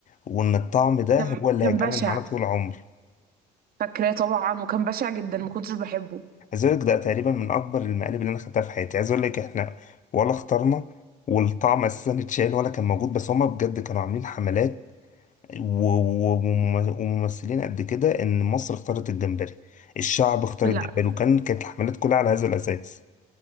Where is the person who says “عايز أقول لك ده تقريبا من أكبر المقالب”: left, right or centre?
Left